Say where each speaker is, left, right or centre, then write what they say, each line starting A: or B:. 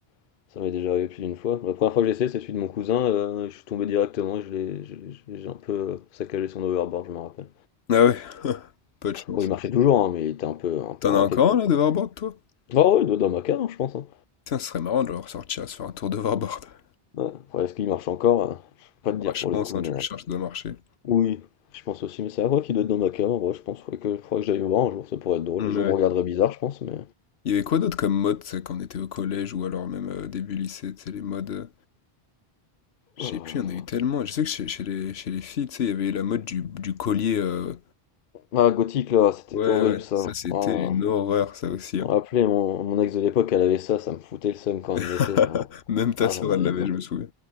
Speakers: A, on the left; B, on the left.
A: <laughs> Ça m'est déjà arrivé plus d'une fois. La première fois que j'ai essayé, c'est celui de mon cousin. euh, je suis tombé directement et je l'ai, je l'ai- j'ai un peu euh, saccagé son overboard, je me rappelle.
B: Ah ouais? <laughs> Pas de chance,
A: Bon, il marchait
B: ouais.
A: toujours, hein, mais il était un peu, un peu
B: T'en
A: râpé,
B: as encore
A: quoi.
B: un, là, d'overboard, toi?
A: Ah ouais, il doit être dans ma cave, hein, je pense. Hein.
B: Tiens, ce serait marrant de le ressortir, à se faire un tour d'overboard. <laughs>
A: Ouais. Après, est-ce qu'il marche encore? euh, je peux pas
B: Ouais,
A: te dire
B: je
A: pour
B: pense,
A: le coup,
B: hein,
A: mais
B: tu le
A: euh,
B: cherches, ça doit marcher.
A: oui, je pense aussi. Mais c'est à vrai qu'il doit être dans ma cave, en vrai, je pense. Faudrait que, faudrait que j'aille le voir un jour, ça pourrait être drôle.
B: Mm,
A: Les gens
B: Ouais.
A: me regarderaient bizarre, je pense, mais.
B: Il y avait quoi d'autre comme mode, tu sais, quand on était au collège ou alors même euh, début lycée, tu sais, les modes. euh, Je
A: Ah,
B: sais plus, il y en a eu tellement. Je sais que chez, chez les, chez les filles, tu sais, il y avait la mode du, du collier. euh,
A: Ah, Gothic, là, c'était
B: Ouais,
A: horrible,
B: ouais,
A: ça.
B: ça c'était
A: Ah,
B: une horreur, ça aussi.
A: rappelez,
B: hein.
A: mon, mon ex de l'époque, elle avait ça, ça me foutait le seum quand elle
B: <laughs>
A: le mettait. Ah,
B: Même ta
A: ah,
B: sœur,
A: j'en avais
B: elle l'avait,
A: Ouais,
B: je me souviens.